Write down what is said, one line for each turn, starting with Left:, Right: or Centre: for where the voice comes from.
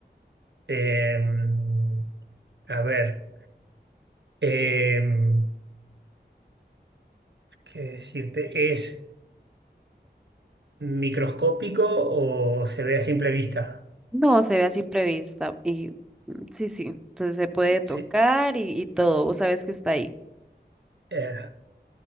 Right: Em, a ver, em, ¿qué decirte? ¿Es microscópico o se ve a simple vista?
Centre: No, se ve a simple vista. Y mm, sí, sí. Entonces se puede tocar
Right: Sí,
Centre: y, y todo. Vos sabés que está ahí.
Right: eh,